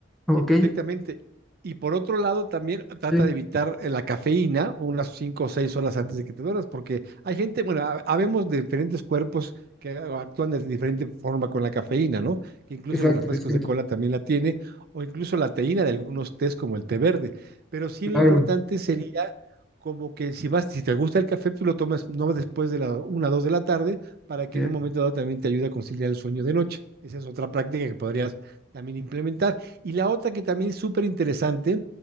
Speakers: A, in the centre; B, on the right.
A: ok,
B: Sí, perfectamente. Y por otro lado, también trata
A: sí,
B: de evitar eh, la cafeína unas cinco o seis horas antes de que te duermas, porque hay gente, bueno, ha- habemos de diferentes cuerpos que actúan de diferente forma con la cafeína, ¿no? Que incluso
A: exacto,
B: los refrescos
A: exacto,
B: de cola también la tiene, o incluso la teína de algunos tés como el té verde. Pero sí lo
A: claro.
B: importante sería como que si vas, si te gusta el café, tú lo tomas no después de la una o dos de la tarde, para que
A: sí.
B: en un momento dado también te ayude a conciliar el sueño de noche. Esa es otra práctica que podrías también implementar. Y la otra que también es súper interesante